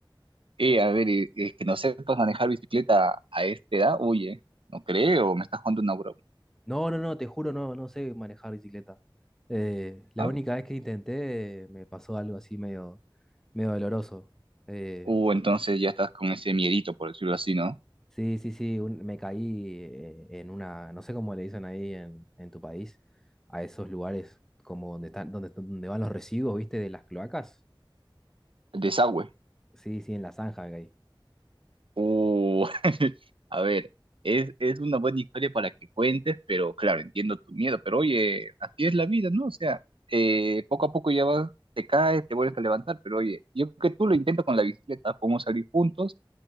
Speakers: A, on the right; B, in the centre.
A: Eh, a ver, eh, eh, que no sepas manejar bicicleta a esta edad, oye, no creo, me estás jugando una broma.
B: No, no, no, te juro, no, no sé manejar bicicleta. Eh, la
A: ¿no?
B: única vez que intenté eh, me pasó algo así medio, medio doloroso. Eh,
A: O entonces ya estás con ese miedito, por decirlo así, ¿no?
B: sí, sí, sí, un- me caí eh, en una, no sé cómo le dicen ahí en, en tu país, a esos lugares como donde están, donde, donde van los residuos, ¿viste? De las cloacas.
A: El desagüe.
B: Sí, sí, en la zanja me caí.
A: Uh, <laughs> a ver, es, es una buena historia para que cuentes, pero claro, entiendo tu miedo, pero oye, así es la vida, ¿no? O sea, eh, poco a poco ya vas, te caes, te vuelves a levantar, pero oye, yo creo que tú lo intentas con la bicicleta, podemos salir juntos,